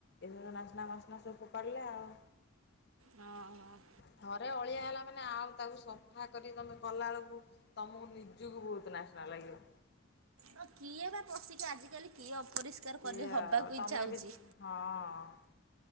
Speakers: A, on the left; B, on the right.
A: ଏସବୁ ନାସ୍ନା ବାସ୍ନା ସବୁୁ ଫୋପାଡିଲା ଆଉ
B: ହଁ ହଁ।
A: ଥରେ ଅଳିଆ ହେଲା ମାନେ ଆଉ ତାକୁ ସଫା କରି ତମେ କଲାବେଳକୁ ତମକୁ ନି ନିଜକୁ ବହୁତ ନାଶନା ଲାଗିବ।
B: ହଁ କିଏ ବା ପଶିକି ଆଜିକାଲି କିଏ ଅପରିଷ୍କାର କରି
A: ଇଏ
B: ହେବାକୁ
A: ଆଉ ତମେ
B: ଇଛାହଉଛି।
A: ବି ହଁ।